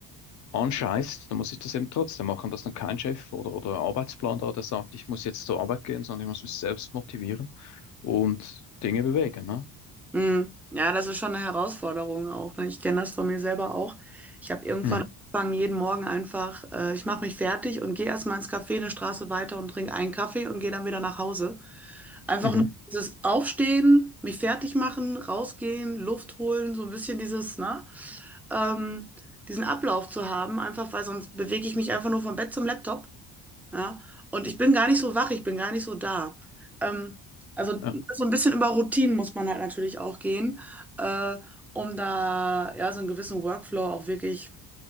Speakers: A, on the left; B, in the centre.
A: anscheißt, dann muss ich das eben trotzdem machen, dass dann kein Chef oder, oder Arbeitsplan da, der sagt, ich muss jetzt zur Arbeit gehen, sondern ich muss mich selbst motivieren und Dinge bewegen, ne?
B: Mm. Ja, das ist schon eine Herausforderung auch. Ne? Ich kenne das von mir selber auch. Ich habe irgendwann
A: Hm.
B: angefangen, jeden Morgen einfach, äh, ich mache mich fertig und gehe erstmal ins Café eine Straße weiter und trinke einen Kaffee und gehe dann wieder nach Hause. Einfach
A: Mhm.
B: nur dieses Aufstehen, mich fertig machen, rausgehen, Luft holen, so ein bisschen dieses, ne, ähm, diesen Ablauf zu haben, einfach weil sonst bewege ich mich einfach nur vom Bett zum Laptop. Ja? Und ich bin gar nicht so wach, ich bin gar nicht so da. Ähm, also
A: Ja.
B: so ein bisschen über Routinen muss man halt natürlich auch gehen, äh, um da ja so einen gewissen Workflow auch wirklich